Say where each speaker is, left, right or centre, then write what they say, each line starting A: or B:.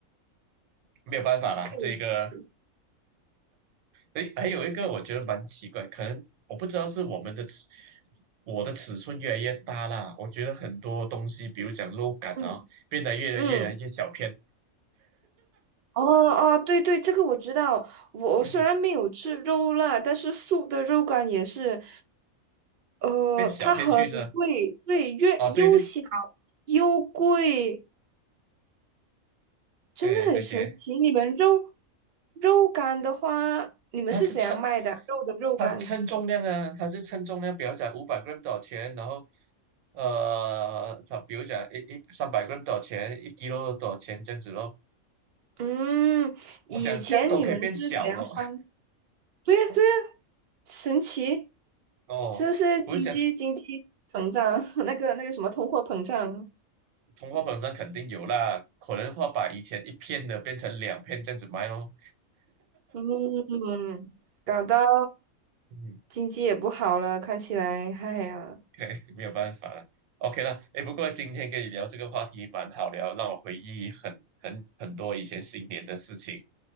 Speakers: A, on the right; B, on the right.
A: 没有办法啦，
B: 可以去试试
A: 这个诶，还有一个我觉得蛮奇怪，可能我不知道是我们的尺，我的尺寸越来越大啦。我觉得很多东西，比如讲肉感啊，
B: 嗯
A: 变得越来越来越小片，
B: 嗯，哦哦，对对，这个我知道。我虽然没有吃肉啦，
A: 嗯，
B: 但是素的肉干也是，呃，
A: 变小片去是吧？
B: 它很贵，对，越又小
A: 啊，对对，
B: 又贵，真的很神奇。
A: 哎，这些，
B: 你们肉肉干的话，你们是怎样卖的啊肉的肉干？
A: 它是称它是称重量啊，它是称重量，比如讲五百 gram 多少钱，然后呃，它比如讲一一三百 gram 多少钱，一 kilo 多少钱这样子咯。
B: 嗯，以前你们是怎样算？
A: 我讲这样都可以变小了
B: 对呀，对呀，神奇，
A: <laughs> 哦，
B: 是不是经济经济膨胀？
A: 我就讲
B: <laughs> 那个那个什么通货膨胀？
A: 通货膨胀肯定有啦，可能会把以前一片的变成两片这样子卖咯。
B: 嗯，搞到
A: 嗯，
B: 经济也不好了，看起来，哎呀，
A: <laughs> 没有办法了。OK 了，哎，不过今天跟你聊这个话题蛮好聊，让我回忆很很很多以前新年的事情。